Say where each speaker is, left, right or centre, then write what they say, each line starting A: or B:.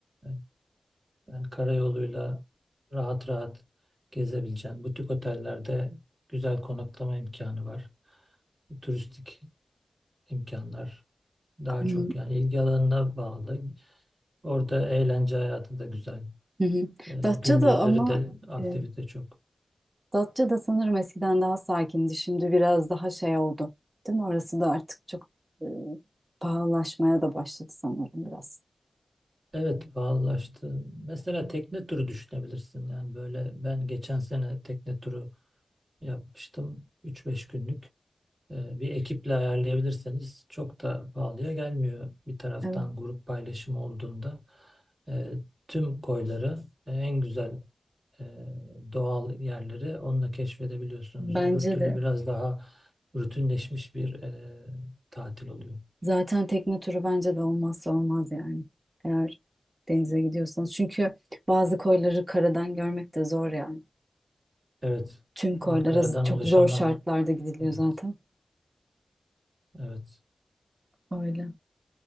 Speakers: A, on the right; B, on the right.
A: E, yani karayoluyla rahat rahat gezebileceğin butik otellerde güzel konaklama imkanı var. E, Turistik imkanlar daha
B: Hı hı.
A: çok yani ilgi alanına bağlı. Orada eğlence hayatı da güzel.
B: hı.
A: E,
B: Datça
A: gündüzleri
B: da ama
A: de aktivite
B: e,
A: çok.
B: Datça da sanırım eskiden daha sakindi. Şimdi biraz daha şey oldu. Değil mi? Orası da artık çok e, pahalılaşmaya da başladı sanırım biraz.
A: Evet pahalılaştı. Mesela tekne turu düşünebilirsin. Yani böyle ben geçen sene tekne turu yapmıştım. üç beş günlük. E, bir ekiple ayarlayabilirseniz çok da pahalıya gelmiyor. Bir taraftan
B: Evet.
A: grup paylaşımı olduğunda e, tüm koyları e, en güzel e, doğal yerleri onunla keşfedebiliyorsunuz.
B: Bence
A: Öbür türlü
B: de.
A: biraz daha rutinleşmiş bir e, tatil oluyor.
B: Zaten tekne turu bence de olmazsa olmaz yani. Eğer denize gidiyorsanız. Çünkü bazı koyları karadan görmek de zor yani.
A: Evet.
B: Tüm koylara
A: E, karadan
B: z- çok
A: ulaşamam.
B: zor şartlarda gidiliyor
A: Evet.
B: zaten.
A: Evet.
B: Öyle.